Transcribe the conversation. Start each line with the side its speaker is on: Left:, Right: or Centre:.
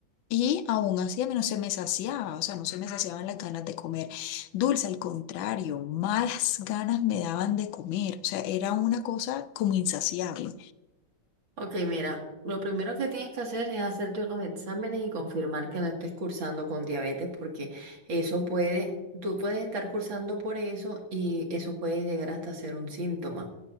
Left: y aún así a mí no se me saciaba, o sea, no se me saciaban las ganas de comer dulce, al contrario, más ganas me daban de comer, o sea, era una cosa como insaciable.
Right: Ok, mira, lo primero que tienes que hacer es hacerte unos exámenes y confirmar que no estés cursando con diabetes porque eso puede, tú puedes estar cursando por eso y eso puede llegar hasta ser un síntoma.